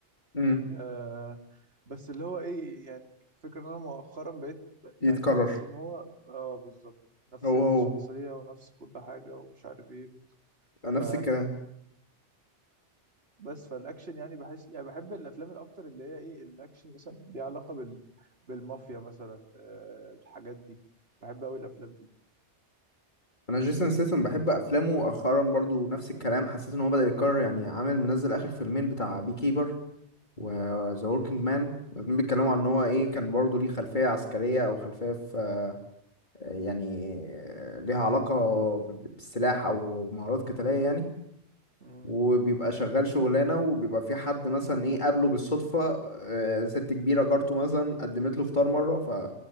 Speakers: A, on the left (about 45°); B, on the right (about 60°).
A: امم
B: آه بس اللي هو ايه يعني فكرة ان انا مؤخرا بقيت ب-
A: يتكرر
B: يعني بحس ان هو اه بالظبط نفس
A: هو
B: الشخصيه
A: هو
B: ونفس كل حاجه ومش عارف ايه
A: نفس
B: ف
A: الكلام
B: بس فالاكشن يعني بحس يعني بحب الافلام الاكتر اللي هي ايه الاكشن مثلا ليها علاقه بال... بالمافيا مثلا آه الحاجات دي بحب قوي الافلام دي
A: انا جيسون سيسن بحب افلامه مؤخرا برضو نفس الكلام حسيت ان هو بدأ يتكرر يعني عامل منزل اخر فيلمين بتاع بي كيبر وذا وركينج مان الاتنين بيتكلموا عن ان هو ايه كان برضو ليه خلفيه عسكريه او خلفيه في يعني آه، ليها علاقه ب- بالسلاح او مهارات قتاليه يعني
B: مم.
A: وبيبقى شغال شغلانة وبيبقى في حد مثلا ايه قابله بالصدفة آه، ست كبيرة جارته مثلا قدمت له فطار مرة ف